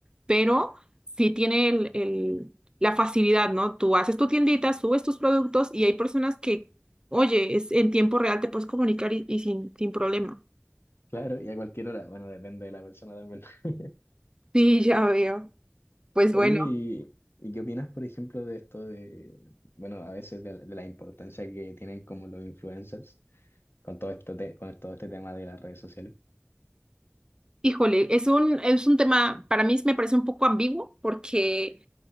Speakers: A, on the right; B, on the left.
A: pero sí tiene el, el- la facilidad, ¿no? Tú haces tu tiendita, subes tus productos y hay personas Oye, es, en tiempo real te puedes comunicar y, y sin, sin problema.
B: claro, y a cualquier hora, bueno, depende de la persona también. <laughs>
A: Sí, ya veo. Pues bueno,
B: Oye, ¿y, y qué opinas, por ejemplo, de esto de, bueno, a veces de, la de la importancia que tienen como los influencers con todo esto te- con todo este tema de las redes sociales?
A: Híjole, es un, es un tema, para mí me parece un poco ambiguo porque